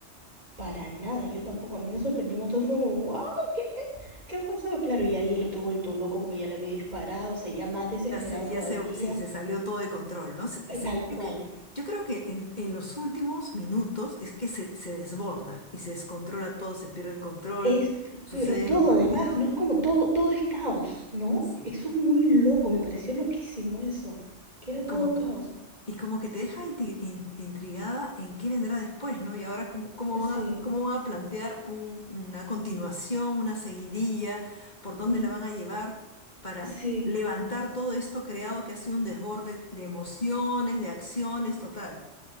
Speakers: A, on the right (about 35°); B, on the left (about 35°).
A: Para nada, yo tampoco. A mí me sorprendimos. Todo fue como, wow, ¿qué, qué ha pasado? Claro, y ahí el otro vuelto loco porque ya le había disparado, o sea, ya más desesperado
B: Ya se, ya
A: todavía,
B: se, sí, se salió todo de control, ¿no? Se-
A: eh,
B: se-
A: tal cual.
B: yo, que- yo creo que en, en los últimos minutos es que se, se desborda y se descontrola todo, se pierde el control,
A: Es,
B: suceden
A: pero todo
B: los disparos,
A: además, ¿no? Es como todo, todo es caos, ¿no?
B: sí.
A: Eso es muy loco, me pareció loquísimo eso, que era
B: Y
A: todo
B: como
A: caos.
B: Y como que te deja inti- in- intrigada en qué vendrá después, ¿no? Y ahora cómo, cómo
A: Sí,
B: van a, cómo van a plantear un- una continuación, una seguidilla, por dónde
A: mm,
B: la van a llevar para
A: sí,
B: levantar todo esto creado que ha sido un desborde de emociones, de acciones, total.